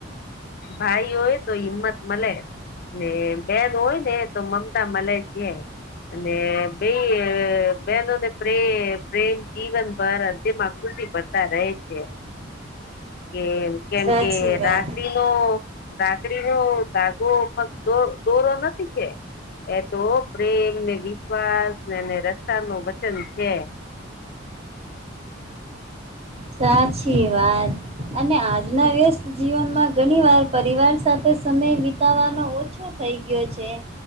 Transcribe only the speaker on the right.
સાચી
વાત
સાચી વાત અને આજના વ્યસ્ત જીવનમાં ઘણી વાર પરિવાર સાથે સમય વિત તવાનો ઓછો થઈ ગયો છે